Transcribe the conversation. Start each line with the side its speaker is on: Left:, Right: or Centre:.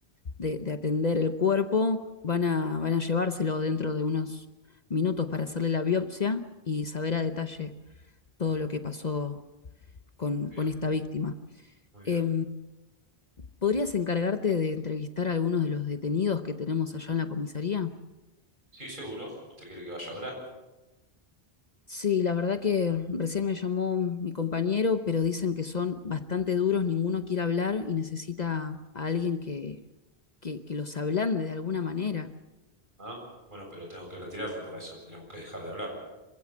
Left: de, de atender el cuerpo. Van a, van a llevárselo dentro de unos minutos para hacerle la biopsia y saber a detalle todo lo que pasó con,
Right: Bien,
Left: con esta víctima.
Right: muy bien.
Left: Eh, ¿Podrías encargarte de entrevistar a algunos de los detenidos que tenemos allá en la comisaría?
Right: Sí, seguro. ¿Usted quiere que vaya ahora?
Left: Sí, la verdad que recién me llamó mi compañero, pero dicen que son bastante duros, ninguno quiere hablar y necesita a alguien que, que, que los ablande de alguna manera.
Right: Ah, bueno, pero tengo que retirarme, para eso tendríamos que dejar de hablar.